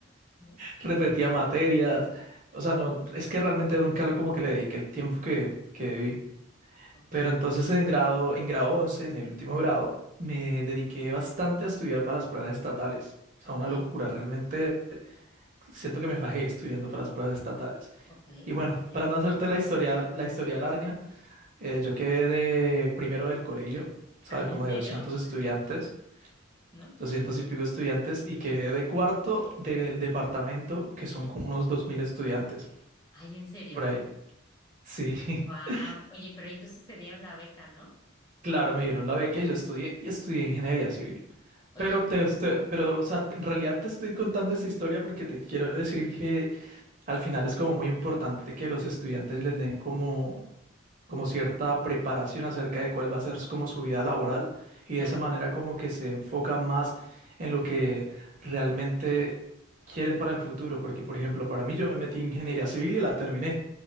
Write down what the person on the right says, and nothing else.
repetía materias, o sea, no, es que realmente nunca lo- como que le dediqué el tiempo que, que debí.
Pero entonces en grado, en grado 11 en el último grado, me dediqué bastante a estudiar para las pruebas estatales. O
sea, una locura, realmente siento que me fajé estudiando para las pruebas estatales.
Y
bueno,
para no hacerte la historia, la historia larga, Eh, yo quedé primero del colegio, ¿sabes?
Como
de 200 estudiantes,
200 y pico estudiantes, y quedé de cuarto del departamento, que son como unos 2.000 estudiantes,
por ahí. Sí,
<laughs>
claro, me dieron la beca y yo estudié, y estudié ingeniería civil.
Pero, te, estoy- pero, o sea, en realidad te estoy contando esta historia porque te quiero decir que al final es como muy importante que los estudiantes les den como como cierta preparación acerca de cuál va a ser como su vida laboral y
de esa manera como que se enfocan más en lo que realmente quieren para el futuro, porque por ejemplo, para mí yo me metí en ingeniería civil y la terminé